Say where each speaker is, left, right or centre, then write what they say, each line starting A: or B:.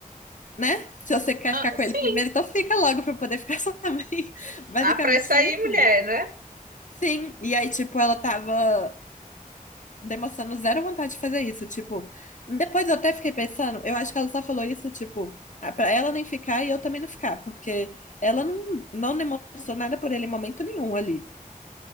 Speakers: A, on the left; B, on the right.
A: né? Se você quer
B: Ah,
A: ficar com
B: sim.
A: ele primeiro, então fica logo pra eu poder ficar só também. <laughs> Basicamente
B: Apressa
A: tava
B: aí,
A: assim.
B: mulher, né?
A: Sim, e aí, tipo, ela tava demonstrando zero vontade de fazer isso. Tipo, depois eu até fiquei pensando, eu acho que ela só falou isso, tipo, ah, pra ela nem ficar e eu também não ficar, porque ela não, não demonstrou nada por ele em momento nenhum ali.